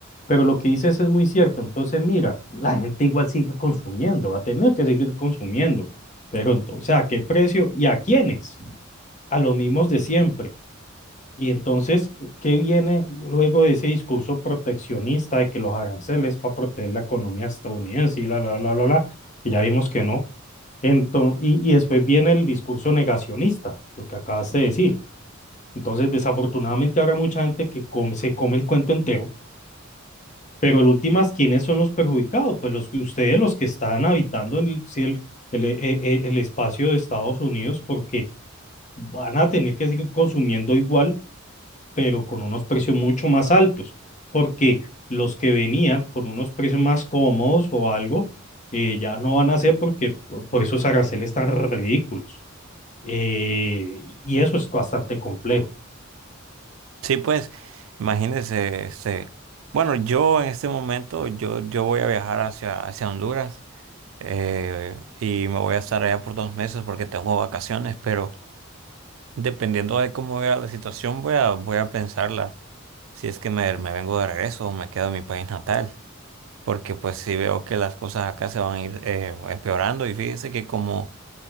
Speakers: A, on the left; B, on the right.
A: pero lo que dices es muy cierto. Entonces, mira, la gente igual sigue consumiendo, va a tener que seguir consumiendo, pero entonces, ¿a qué precio y a quiénes? A los mismos de siempre. Y entonces, ¿qué viene luego de ese discurso proteccionista de que los aranceles para proteger la economía estadounidense y la, la, la, la, la, que ya vimos que no? Entonces, y, y después viene el discurso negacionista, lo que acabas de decir. Entonces, desafortunadamente habrá mucha gente que come- se come el cuento entero, pero en últimas, ¿quiénes son los perjudicados? Pues los que ustedes, los que están habitando en el, sí, el, el, e- e- el espacio de Estados Unidos, porque van a tener que seguir consumiendo igual pero con unos precios mucho más altos, porque los que venían con unos precios más cómodos o algo, eh, ya no van a ser porque po- por esos aranceles tan ridículos. Eh, y eso es bastante complejo.
B: Sí, pues, imagínense, este, bueno, yo en este momento, yo, yo voy a viajar hacia, hacia Honduras eh, y me voy a estar allá por dos meses porque tengo vacaciones, pero dependiendo de cómo vea la situación, voy a, voy a pensarla si es que me, me vengo de regreso o me quedo en mi país natal. porque pues sí veo que las cosas acá se van a ir eh, empeorando y fíjese que como,